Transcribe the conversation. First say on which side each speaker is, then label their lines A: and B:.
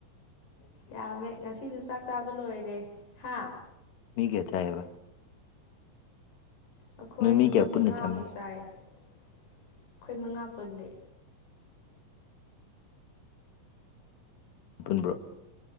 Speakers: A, on the left; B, on the left.
A: ꯌꯥꯝꯃꯦ ꯉꯁꯤꯅ ꯆꯥꯛ ꯆꯥꯕ ꯂꯣꯏꯔꯦ ꯍꯥ
B: ꯃꯤ ꯒꯌꯥ ꯆꯥꯏꯕ
A: ꯑꯩꯈꯣꯏ
B: ꯅꯣꯏ ꯃꯤ ꯀꯌꯥ
A: ꯃꯉꯥꯃꯨꯛ
B: ꯄꯨꯟꯅ ꯆꯥꯃꯤꯟꯅ
A: ꯆꯥꯏ ꯑꯩꯈꯣꯏ ꯃꯉꯥ ꯄꯨꯜꯂꯦ
B: ꯄꯨꯟꯕ꯭ꯔꯣ